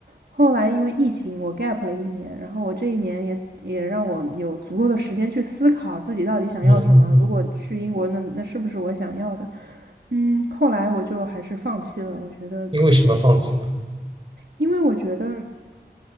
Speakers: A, on the right; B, on the right.
A: 后来因为疫情，我 gap 了一年，然后我这一年也也让我有足够的时间去思考自己到底想要什么。
B: 嗯嗯嗯
A: 如果去英国，那那是不是我想要的？嗯，后来我就还是放弃了，我觉得
B: 因为什么放弃呢？
A: 因为我觉得，